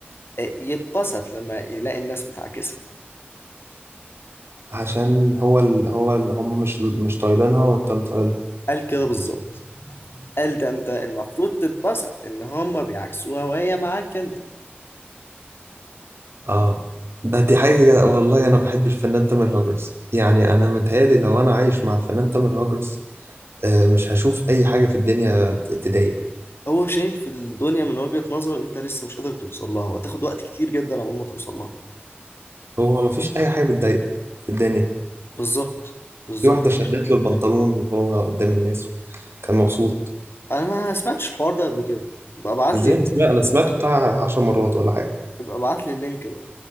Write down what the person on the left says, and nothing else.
آه، يتبسط لما يلاقي الناس بتعاكسها
قال كده بالظبط قال ده أنت المفروض تتبسط إن هما بيعكسوها وهي معاك أنت
هو شايف الدنيا من وجهة نظر انت لسه مش قادر توصل لها وهتاخد وقت كتير جدا على ما توصل لها
بالظبط بالظبط
مش دي حاجة
بتضايق.
انا ما سمعتش الحوار ده قبل كده ابقى ابعت
لي
ابقى ابعت لي اللينك بقى